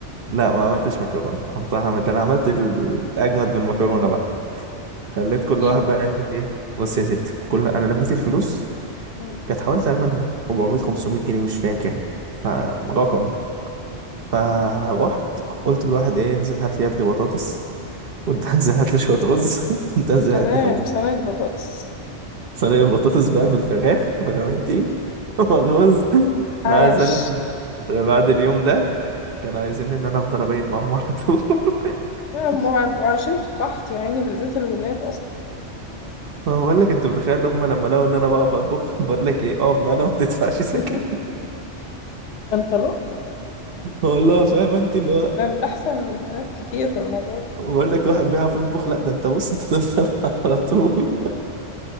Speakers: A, on the right; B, on the left.
A: لا ما عملتش مكرونه قمت عملت انا عملت الاجمد من المكرونه بقى خليت كل
B: جين
A: واحد بقى ينزل ايه بص يا ستي كل انا لميت الفلوس
B: مم.
A: كانت حوالي تقريبا 400 500 جنيه مش فاكر فرقم فروحت قلت لواحد ايه انزل هات لي يا ابني بطاطس وانت انزل هات لي شويه رز <laughs> وانت انزل
B: يا سلام
A: هات لي فراخ
B: صينية بطاطس
A: صينيه بطاطس بقى بالفراخ فاهم انت <laughs> والرز
B: عاش
A: انا عايز اقول لك إن أنا بعد اليوم ده كانوا عايزين ان انا افضل ابيت معاهم على طول <laughs>
B: لا، هم بيبقوا عايشين في قحط يا عيني بالذات الولاد اصلا
A: ما هو بقول لك انت متخيل ان هم لما لقوا ان انا بقف اطبخ <laughs> بقول لك ايه اه ما انا ما تدفعش
B: <laughs>
A: سكن <laughs>
B: ما انت لقطة
A: بقول لها فاهم انت اللي هو
B: ده انت احسن من البنات كتير في الموضوع ده
A: بقول لك واحد بيعرف يطبخ لا ده انت بص انت تفضل <laughs> على طول